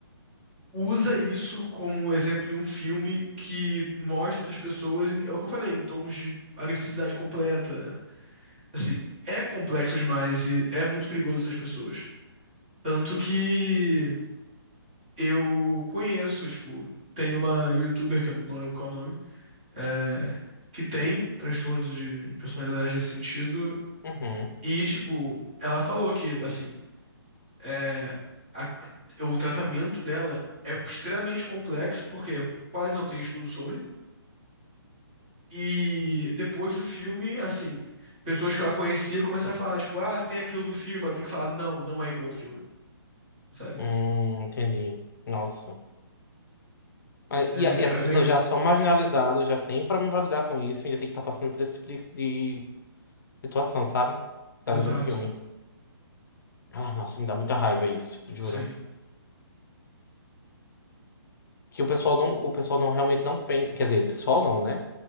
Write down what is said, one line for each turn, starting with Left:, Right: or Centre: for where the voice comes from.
Right: usa isso como um exemplo em um filme que mostra essas pessoas, em- é o que eu falei, em tons de agressividade completa. Assim, é complexo demais e é muito perigoso essas pessoas. Tanto que Eu conheço, tipo, tem uma youtuber, que eu não lembro qual é o nome, é, que tem transtorno de personalidade nesse sentido,
Left: uhum.
Right: e, tipo, ela falou que, assim, é, a- o tratamento dela é extremamente complexo, porque quase não tem estudo sobre, e depois do filme, assim, pessoas que ela conhecia começaram a falar, tipo, ah, você tem aquilo do filme, ela tem que falar, não, não é igual ao filme, sabe?
Left: Hum, entendi. Nossa. Ah, E,
Right: É, é,
Left: a- e essas
Right: é bem
Left: pessoas
Right: ruim.
Left: já são marginalizadas, já tem problema pra lidar com isso, ainda tem que estar passando por esse tipo de, de situação, sabe? Por causa
Right: Exato,
Left: do filme. Ai, nossa, me dá muita raiva isso, juro.
Right: sim.
Left: Que o pessoal não, o pessoal não realmente não pensa. Quer dizer, o pessoal não, né?